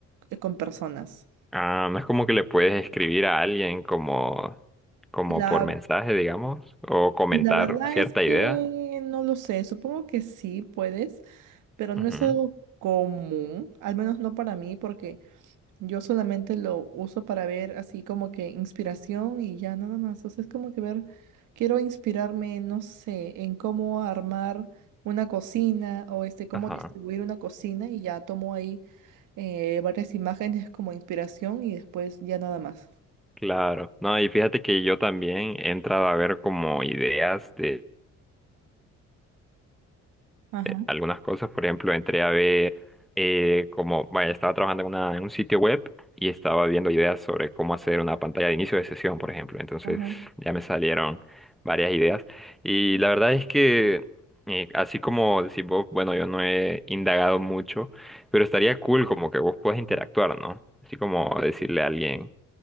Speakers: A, on the right (about 90°); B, in the centre.
A: eh, con personas.
B: Ah, no es como que le puedes escribir a alguien como, como
A: La,
B: por mensaje, digamos, o comentar
A: la verdad
B: cierta
A: es que
B: idea.
A: no lo sé, supongo que sí puedes, pero no
B: Ujú.
A: es algo común, al menos no para mí, porque Yo solamente lo uso para ver así como que inspiración y ya nada más. O sea, es como que ver, quiero inspirarme, no sé, en cómo armar una cocina o este, cómo
B: Ajá.
A: distribuir una cocina y ya tomo ahí eh, varias imágenes como inspiración y después ya nada más.
B: Claro. No, y fíjate que yo también he entrado a ver como ideas de
A: Ajá,
B: algunas cosas. Por ejemplo, entré a ver eh, como, vaya, estaba trabajando en, una- en un sitio web y estaba viendo ideas sobre cómo hacer una pantalla de inicio de sesión, por ejemplo. Entonces
A: ajá.
B: ya me salieron varias ideas. Y la verdad es que, eh, así como decís vos, bueno, yo no he indagado mucho, pero estaría cool como que vos puedas interactuar, ¿no? Así como decirle a alguien.